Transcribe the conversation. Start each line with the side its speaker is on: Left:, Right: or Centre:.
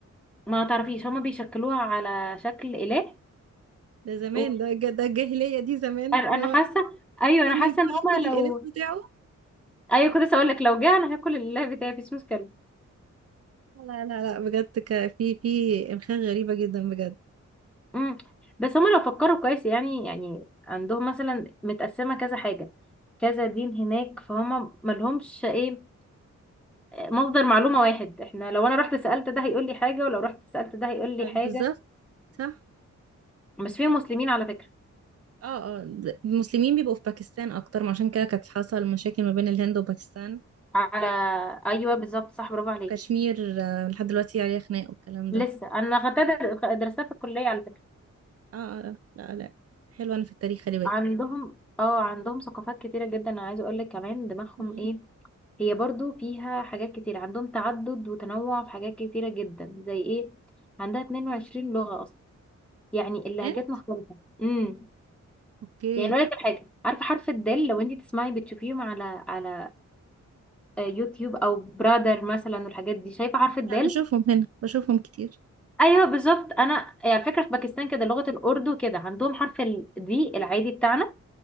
Centre: ما تعرفيش هما بيشكلوها على شكل إله
Right: ده زمان
Centre: و-
Right: ده ج- ده الجاهلية دي زمان
Centre: انا
Right: اللي
Centre: أنا
Right: هو
Centre: حاسة ايوه انا
Right: اما
Centre: حاسة
Right: يجوع
Centre: ان هما
Right: ياكل
Centre: لو
Right: الإله بتاعه
Centre: ايوه كنت لسه اقول لك لو جه انا هاكل الإله بتاعي مفيش مشكلة
Right: لا لا لا بجد ك- في في إمخاء غريبة جدا بجد
Centre: امم بس هما لو فكروا كويس يعني يعني عندهم مثلا متقسمة كذا حاجة كذا دين هناك فهما ملهمش ايه مصدر معلومة واحد احنا لو انا رحت سألت ده هيقول لي حاجة ولو رحت سألت ده هيقول لي حاجة
Right: بالظبط صح
Centre: بس فيهم مسلمين على فكرة
Right: اه اه د- المسلمين بيبقوا في باكستان اكتر ما عشان كده كانت حصل مشاكل ما بين الهند وباكستان
Centre: على ايوه بالظبط
Right: و-
Centre: صح برافو عليكي
Right: وكشمير آه، لحد دلوقتي عليها خناق والكلام
Centre: لسه
Right: ده
Centre: انا خدتها در- درستها في الكلية على فكرة
Right: اه اه لا لا لا. حلوة انا في التاريخ خلي بالك
Centre: عندهم اه عندهم ثقافات كتيرة جدا انا عايزة اقول لك كمان دماغهم
Right: مم.
Centre: ايه هي برضو فيها حاجات كتير عندهم تعدد وتنوع في حاجات كتيرة جدا زي ايه عندها 22 لغة اصلا يعني اللهجات
Right: كمان
Centre: مختلفة امم
Right: اوكي
Centre: يعني اقول لك على حاجة عارفة حرف الدال لو انت تسمعي بتشوفيهم على على آه، يوتيوب او برادر مثلا والحاجات دي شايفة حرف الدال
Right: انا بشوفهم هنا بشوفهم كتير
Centre: ايوه بالظبط انا يعني على فكرة في باكستان كده لغة الاردو كده عندهم حرف الدي العادي بتاعنا